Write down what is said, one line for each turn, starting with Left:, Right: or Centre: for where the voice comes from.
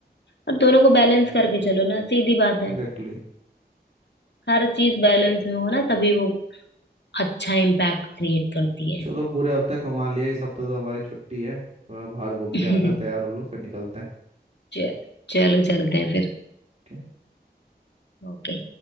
Left: और दोनों को बैलेंस करके चलो ना सीधी बात है
Right: Exactly exactly.
Left: हर चीज बैलेंस में हो ना तभी वो अच्छा इम्पैक्ट क्रिएट करती है
Right: चलो पूरे हफ्ते कमा लिया इस हफ्ते तो हमारी छुट्टी है थोड़ा बाहर घूम
Left: <laughs>
Right: के आता है तैयार हो लो फिर निकलते हैं
Left: च- चलो चलते हैं फिर
Right: Okay?
Left: ओके